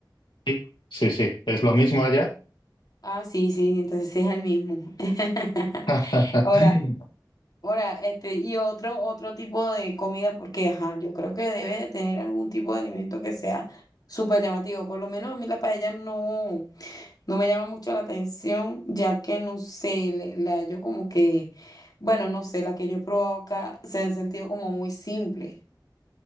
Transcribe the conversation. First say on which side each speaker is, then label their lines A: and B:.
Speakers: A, on the left; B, on the left.
A: Sí, sí, sí, es lo mismo allá.
B: Ah, sí, sí, entonces sí es el mismo. <laughs>
A: <laughs>
B: Ahora, Ahora, este, y otro, otro tipo de comida, porque ajá, yo creo que debe de tener algún tipo de alimento que sea súper llamativo. Por lo menos a mí la paella no, no me llama mucho la atención, ya que no sé, le- la yo como que, bueno, no sé, las que yo he probado acá se han sentido como muy simple.